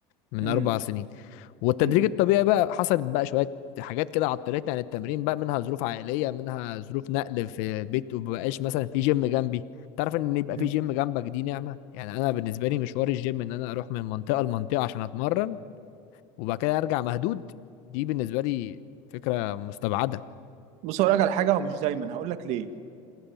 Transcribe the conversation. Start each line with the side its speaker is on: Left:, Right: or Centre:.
Left: من
Right: امم
Left: اربع سنين والتدريج
Right: امم
Left: الطبيعي بقى حصلت بقى شوية حاجات كده عطلتني عن التمرين بقى منها ظروف عائلية منها ظروف نقل في بيت ومبقاش مثلا في جيم جنبي تعرف ان يبقى
Right: امم.
Left: في جيم جنبك دي نعمة يعني انا بالنسبة لي مشوار الجيم ان انا اروح من منطقة لمنطقة عشان اتمرن وبعد كده ارجع مهدود دي بالنسبة لي فكرة مستبعدة
Right: بص هقول لك على حاجه هو مش دايما هقول لك ليه